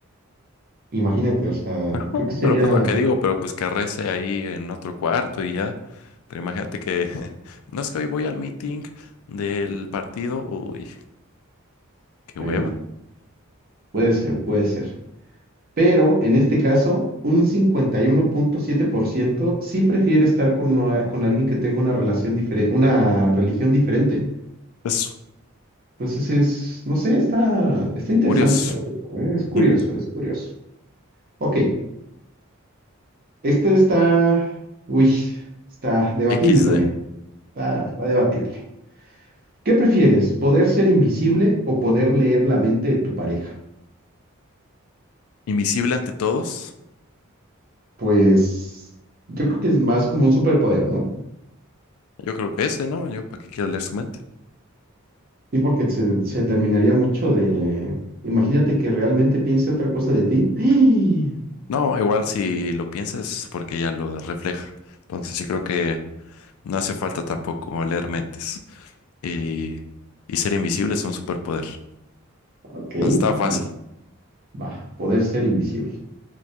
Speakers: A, on the right; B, on the left.
A: Imagínate, o sea,
B: Ajá, <laughs>
A: creo que sería,
B: Pero pues lo que digo, pero pues que rece ahí en otro cuarto y ya. Pero imagínate que, <laughs> no es que hoy voy al meeting del partido. Uy, qué
A: bueno,
B: hueva.
A: puede ser, puede ser. Pero en este caso, un cincuenta y uno punto siete por ciento sí prefiere estar con, una- con alguien que tenga una relación diferente, una religión diferente.
B: Eso,
A: Entonces es, no sé, está, está interesante
B: curioso.
A: saber eso, ¿eh?
B: Ujú.
A: Es curioso, es curioso. Ok, este está, uy, está debatible
B: equis
A: también,
B: de
A: está, está debatible. ¿Qué prefieres, poder ser invisible o poder leer la mente de tu pareja?
B: Invisible ante todos
A: Pues yo creo que es más como un superpoder, no
B: Yo creo que ese, ¿no? Yo, ¿para qué quiero leer su mente?
A: Sí, porque se, se terminaría mucho de... Imagínate que realmente piense otra cosa de ti. <gasps>
B: No, igual si lo piensas, porque ya lo refleja. Entonces, yo creo que no hace falta tampoco leer mentes. Y, y ser invisible es un superpoder.
A: Ok,
B: Entonces, está fácil.
A: bueno, va, poder ser invisible.